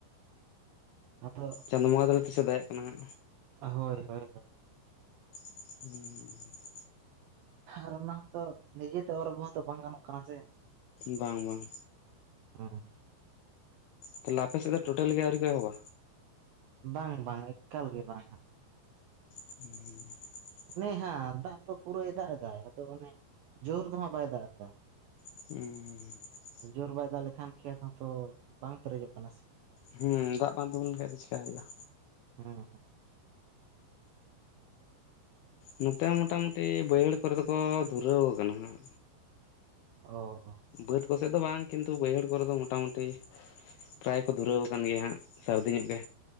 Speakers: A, on the right; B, on the left.
A: ᱟᱫᱚ
B: ᱪᱟᱸᱫᱚᱳ ᱵᱚᱸᱜᱟ ᱛᱟᱞᱮ ᱛᱤᱥᱮ ᱫᱟᱨᱮᱭᱟᱜ ᱠᱟᱱᱟ ᱦᱟᱜ
A: ᱦᱳᱭ ᱦᱳᱭ ᱦᱳᱭ
B: ᱦᱩᱸ
A: ᱟᱨ ᱚᱱᱟ ᱦᱚᱸᱛᱚ ᱱᱤᱡᱮᱛᱮ ᱚᱨᱜ ᱦᱚᱸᱛᱚ ᱵᱟᱝ ᱜᱟᱱᱚᱜ ᱠᱟᱱᱟ ᱥᱮ
B: ᱵᱟᱝ ᱵᱟᱝ
A: <unintelligible>
B: ᱛᱟᱦᱚᱞᱮ ᱟᱯᱮ ᱥᱮᱫ ᱴᱳᱴᱟᱞ ᱜᱮ ᱟᱣᱨᱤ ᱠᱚ ᱮᱦᱚᱵᱟ
A: ᱵᱟᱝ ᱵᱟᱝ ᱮᱠᱟᱞ ᱜᱮ ᱵᱟᱝ
B: ᱦᱩᱸ
A: ᱚᱱᱮ ᱦᱮᱸ ᱫᱟᱜ ᱫᱚ ᱯᱩᱨᱟᱹᱭ ᱫᱟᱜ ᱮᱫᱟᱭ ᱟᱫᱚ ᱚᱱᱮ ᱡᱳᱨ ᱫᱚ ᱦᱟᱸᱜ ᱵᱟᱭ ᱫᱟᱜ ᱮᱫᱟ
B: ᱦᱩᱸ
A: ᱡᱳᱨ ᱵᱟᱭ ᱫᱟᱜ ᱞᱮᱠᱷᱟᱱ ᱠᱷᱮᱛ ᱦᱚᱸ ᱛᱚ ᱵᱟᱝ ᱯᱮᱨᱮᱡᱚᱜ ᱠᱟᱱᱟ ᱥᱮ
B: ᱦᱮᱸ ᱫᱟᱜ ᱵᱟᱝ ᱛᱤᱜᱩ ᱞᱮᱱᱷᱟᱟᱱ ᱫᱚ ᱪᱮᱠᱟ ᱦᱩᱭᱩᱜᱼᱟ
A: ᱦᱚᱸ
B: ᱱᱚᱛᱮ ᱦᱚᱸ ᱢᱚᱴᱟ ᱢᱩᱴᱤ ᱵᱟᱹᱭᱦᱟᱹᱲ ᱠᱚᱨᱮ ᱫᱚ ᱠᱚ ᱫᱷᱩᱨᱟᱹᱣ ᱟᱠᱟᱱᱟ ᱦᱟᱸᱜ
A: ᱚ
B: ᱵᱟᱹᱫᱽ ᱠᱚ ᱥᱮᱫ ᱫᱚ ᱵᱟᱝ ᱠᱤᱱᱛᱩ ᱵᱟᱹᱭᱦᱟᱹᱲ ᱠᱚᱨᱮ ᱫᱚ ᱢᱚᱴᱟ ᱢᱩᱴᱤ ᱯᱨᱟᱭ ᱠᱚ ᱫᱷᱩᱨᱟᱹᱣ ᱟᱠᱟᱱ ᱜᱮᱭᱟ ᱦᱟᱸᱜ ᱥᱟᱹᱨᱫᱤ ᱧᱚᱜ ᱜᱮ